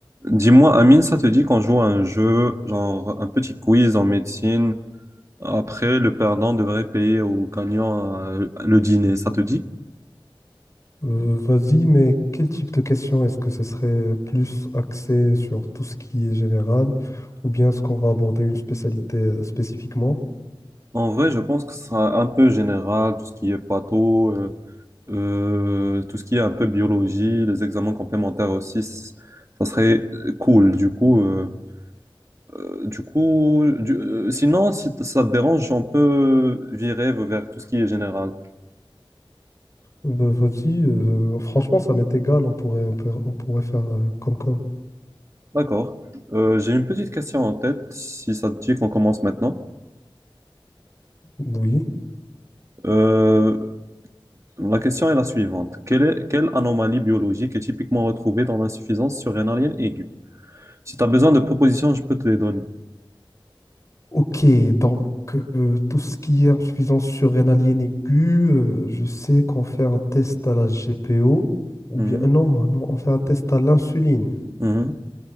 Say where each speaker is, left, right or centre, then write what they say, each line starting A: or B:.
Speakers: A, on the right; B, on the left.
A: Dis-moi, Amine, ça te dit qu'on joue à un jeu, genre un petit quiz en médecine. Après, le perdant devrait payer au gagnant euh, le dîner. Ça te dit?
B: Euh, vas-y, mais quel type de question? Est-ce que ce serait plus axé sur tout ce qui est général ou bien est-ce qu'on va aborder une spécialité euh, spécifiquement?
A: En vrai, je pense que ce sera un peu général, tout ce qui est patho, euh, euh, tout ce qui est un peu biologie, les examens complémentaires aussi. c- Ça serait cool. Du coup, euh, euh, du coup, du- euh, sinon, si t- ça te dérange, on peut virer vers tout ce qui est général.
B: Euh, vas-y, euh, franchement, ça m'est égal, on pourrait, on pourrait, on pourrait faire euh, comme comme.
A: D'accord. Euh, j'ai une petite question en tête, si ça te dit qu'on commence maintenant.
B: Oui.
A: Euh, la question est la suivante. Quelle est- quelle anomalie biologique est typiquement retrouvée dans l'insuffisance surrénalienne aiguë? Si tu as besoin de propositions, je peux te les donner.
B: Ok, donc euh, tout ce qui est insuffisance surrénalienne aiguë, euh, je sais qu'on fait un test à la GPO, ou
A: Mhm,
B: bien euh, non, non, on fait un test à l'insuline.
A: mhm.